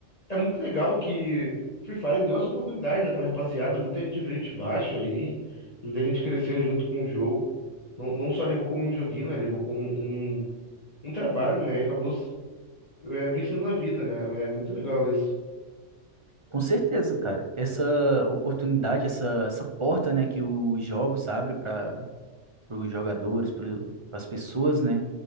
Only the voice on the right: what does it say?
Com certeza, cara. Essa oportunidade, essa, essa porta, né, que os jogos abrem para os jogadores, para as pessoas, né?